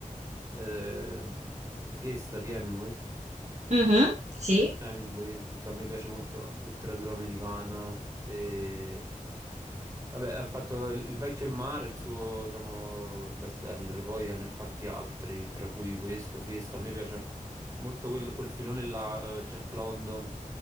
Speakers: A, on the right; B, on the right.
A: ehm, Fiesta di Hemingway.
B: Sì. Mhm, Sì.
A: Hemingway, tutto, a me piace molto la letteratura americana e... Vabbè, ha fatto Il il vecchio e il mare, il suo, diciamo, bestseller, poi ne ha fatti altri, tra cui questo, Fiesta. A me piace molto quel, quel filone là, eh, Jack London,